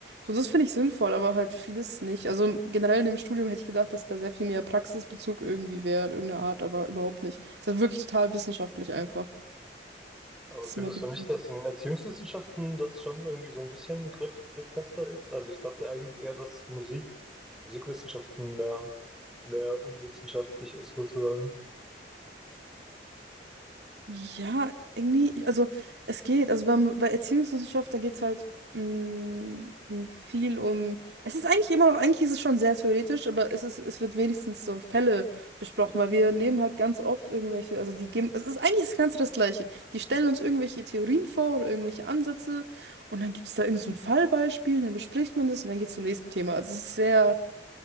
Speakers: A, on the right; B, in the centre.
A: So, das finde ich sinnvoll, aber halt vieles nicht. Also generell in dem Studium hätte ich gedacht, dass da sehr viel mehr Praxisbezug irgendwie wäre, in irgendeiner Art, aber überhaupt nicht. Es ist halt wirklich total wissenschaftlich einfach.
B: aber
A: Das
B: findest
A: ist immer bitter.
B: du nicht, dass in Erziehungswissenschaften das schon irgendwie so ein bisschen griff, grifffester ist? Also ich dachte eigentlich eher, dass Musik, Musikwissenschaften mehr, mehr unwissenschaftlich ist sozusagen.
A: Ja, irgendwie, also es geht. Also beim, bei Erziehungswissenschaft, da geht es halt mm, viel um. Es ist eigentlich immer noch, eigentlich ist es schon sehr theoretisch, aber es ist, es wird wenigstens so Fälle besprochen, weil wir nehmen halt ganz oft irgendwelche, also die geben, es ist eigentlich das Ganze das Gleiche. Die stellen uns irgendwelche Theorien vor oder irgendwelche Ansätze und dann gibt es da irgend so ein Fallbeispiel, dann bespricht man das und dann geht es zum nächsten Thema. Also es ist sehr.